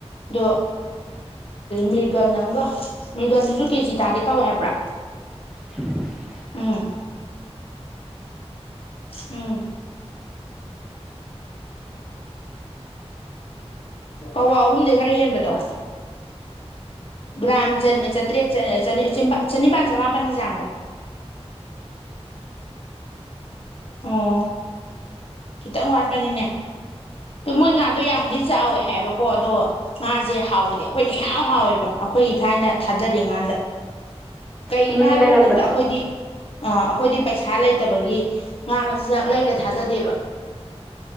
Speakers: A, on the left; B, in the centre.
A: ꯗꯣ ꯃꯤꯔꯒꯟ ꯑꯃꯒ ꯃꯤꯔꯒꯟꯗꯨꯁꯨ ꯀꯦꯖꯤ ꯇꯥꯒꯦ ꯇꯧꯋꯦ ꯍꯥꯏꯕ꯭ꯔꯥ
B: <inaudible>
A: ꯎꯝ ꯎꯝ ꯄꯋꯥ ꯑꯍꯨꯝꯗꯩ ꯈꯔ ꯍꯦꯟꯕꯗꯣ ꯒ꯭ꯔꯥꯝ ꯆꯟ ꯑ ꯆꯇ꯭ꯔꯦꯠ ꯆꯟ ꯑ ꯆꯅꯤ ꯑ ꯆꯤꯝꯕ ꯆꯅꯤꯄꯥꯟ ꯆꯃꯥꯄꯟꯒꯤ ꯆꯥꯡꯗ ꯑꯣ ꯈꯤꯇꯪ ꯋꯥꯠꯄꯅꯤꯅꯦ ꯇꯣ ꯃꯣꯏ ꯉꯥꯗꯣ ꯌꯥꯝꯕꯨꯗꯤ ꯆꯥꯎꯋꯦ ꯍꯥꯏꯑꯦꯕꯀꯣ ꯑꯗꯣ ꯉꯥꯖꯦ ꯍꯥꯎꯕꯗꯤ ꯑꯈꯣꯏꯅ ꯢꯍꯥꯎ ꯍꯥꯎꯋꯦꯕ ꯑꯈꯣꯏꯒꯤ ꯊꯥꯏꯅ ꯊꯥꯗꯔꯤ ꯉꯥꯟꯗ ꯀꯩꯒꯤꯅꯣ
B: ꯅꯣꯏꯗ
A: ꯍꯥꯏꯕ
B: ꯂꯩꯔꯝꯕꯗꯣ
A: ꯃꯇꯝꯗ ꯑꯩꯈꯣꯏꯗꯤ ꯑ ꯈꯣꯏꯗꯤ ꯄꯩꯁꯥ ꯂꯩꯇꯕꯒꯤ ꯉꯥ ꯃꯆꯤꯟꯖꯥꯛ ꯂꯩꯔ ꯊꯥꯗꯗꯦꯕ